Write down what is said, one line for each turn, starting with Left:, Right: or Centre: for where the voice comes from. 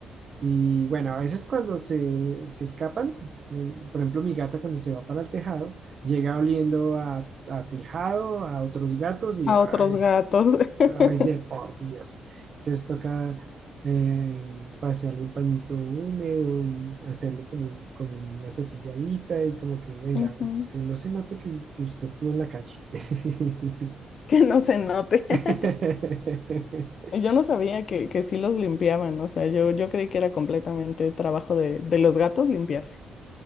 Right: Y bueno, a veces cuando se, se escapan, mm, por ejemplo, mi gata cuando se va para el tejado, llega oliendo a, a tejado, a otros gatos y
Left: a
Right: ay,
Left: otros gatos. <laughs>
Right: ay, de por Dios. Entonces toca eh, pasearle un pañito húmedo y hacerle como, un- como una cepilladita y como que venga,
Left: Ujú,
Right: que no se note que, que usted estuvo en la calle. <laughs>
Left: Que no se note.
Right: <laughs>
Left: <laughs> Yo no sabía que, que sí los limpiaban, o sea, yo, yo creí que era completamente trabajo de, de los gatos limpiarse.